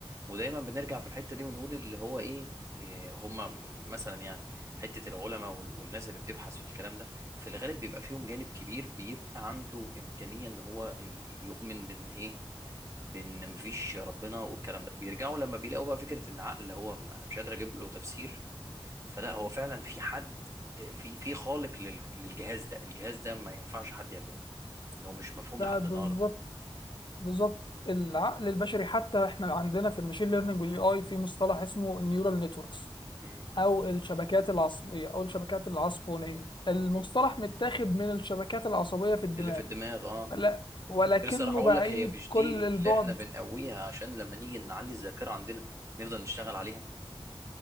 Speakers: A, on the right; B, on the left.
A: ودايما بنرجع في الحته دي ونقول اللي هو ايه إيه هم مثلا يعني حته العلماء وال- والناس اللي بتبحث في الكلام ده في الغالب بيبقى فيهم جانب كبير بيبقى عنده امكانيه ان هو ي- يؤمن بان ايه بان مفيش ربنا والكلام ده بيرجعوا لما بيلاقوا بقى فكره ان عقل هو انا مش قادر اجيب له تفسير فلا هو فعلا في حد آه، في في خالق لل- للجهاز ده الجهاز ده ما ينفعش حد يعمله ان هو مش مفهوم
B: بقى
A: لحد
B: بالظبط
A: النهارده
B: بالظبط العقل البشري حتى احنا عندنا في الماشين ليرنينج والاي اي في مصطلح اسمه النيورال نتوركس
A: م-
B: أو الشبكات العصبية أو الشبكات العصبونية المصطلح
A: م.
B: متاخد من الشبكات العصبية في الدماغ
A: اللي في الدماغ اه
B: لا ولكنه
A: كنت لسه راح اقول
B: بعيد
A: لك هي مش
B: كل
A: دي اللي
B: البعد
A: احنا بنقويها عشان لما نيجي نعلي الذاكره عندنا نفضل نشتغل عليها